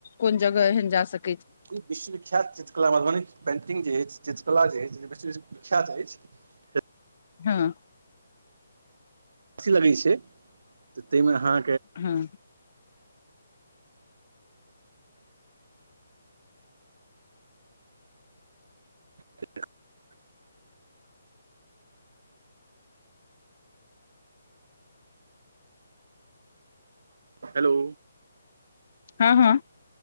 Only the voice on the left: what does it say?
कोन जगह एहन जा सक
हँ
हँ
हँ हँ